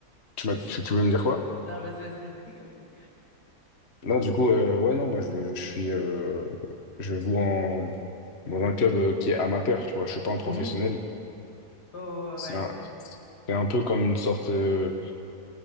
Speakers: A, on the left; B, on the left.
A: tu m'as, tu, tu voulais me dire quoi?
B: Non, vas-y, vas-y, vas-y, <laughs> continue.
A: Non, du coup euh, ouais non, moi je, je suis, euh, je joue en dans un club euh, qui est amateur, tu vois, je suis pas un professionnel.
B: Mhm. Oh,
A: C'est
B: ouais, ouais.
A: un, c'est un peu comme une sorte, euh,